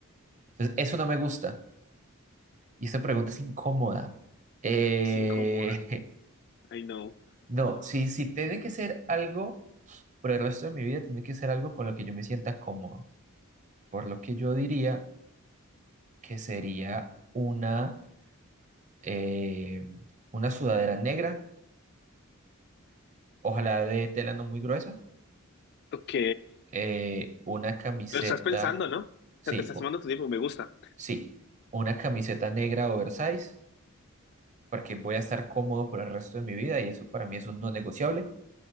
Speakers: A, on the right; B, on the left.
A: Entonces, eso no me gusta. Y esta pregunta es incómoda. Eh,
B: Es incómoda, I know.
A: <laughs> no, si, si tiene que ser algo, por el resto de mi vida, tiene que ser algo con lo que yo me sienta cómodo. Por lo que yo diría que sería una, eh, una sudadera negra, ojalá de tela no muy gruesa
B: Ok,
A: eh, una camiseta,
B: Lo estás pensando, ¿no? O
A: sí,
B: sea, te estás
A: o-
B: tomando tu tiempo, me gusta.
A: sí, una camiseta negra oversize, porque voy a estar cómodo por el resto de mi vida y eso para mí es un no negociable.